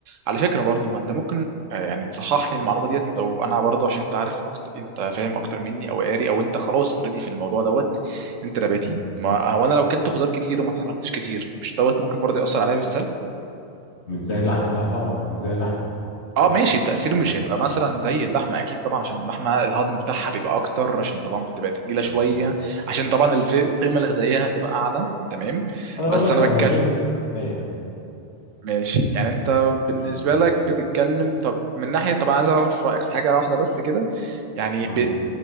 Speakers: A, on the right (about 85°); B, on the left (about 60°).
A: على فكره برضو ما انت ممكن اه يعني تصحح لي المعلومه ديت لو انا برضو عشان انت عارف اكتر انت فاهم اكتر مني او قاري او انت خلاص اوريدي في الموضوع دوت انت نباتي
B: يعني
A: ما هو انا لو كلت خضار كتير وما اتحركتش كتير مش دوت ممكن برضو ياثر عليا بالسلب
B: مش زي اللحمه لا طبعا مش زي اللحمه
A: اه ماشي التأثير
B: آه.
A: مش هيبقى مثلا زي اللحمة أكيد طبعا عشان اللحمة الهضم بتاعها بيبقى أكتر عشان طبعا بتبقى تقيلة شوية
B: م.
A: عشان طبعا الف- القيمة الغذائية بتبقى أعلى تمام
B: اقدر
A: بس
B: اقول لك
A: أنا
B: لو
A: بتكلم
B: مشيت كفايه
A: ماشي يعني أنت بالنسبة
B: مشيت
A: لك بتتكلم طب من ناحية طب أنا عايز أعرف رأيك في حاجة واحدة بس كده يعني
B: اه
A: ب...